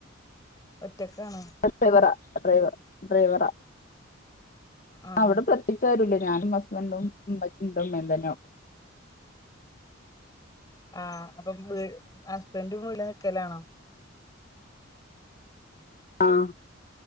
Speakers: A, on the left; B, on the left.
A: ഒറ്റക്കാണോ
B: ഡ്രൈവ ഡ്രൈവർ ഡ്രൈവറ
A: ആഹ്
B: അവിടെ പ്രത്യകിച്ചാരുല്ല ഞാനും ഹസ്ബന്റും ന്റമ്മ ന്റുമ്മയുംതന്നെയുള്ളൂ.
A: ആഹ അപ്പൊ, ഹസ്ബൻന്റും ഇവിടെക്കലാണോ?
B: ആഹ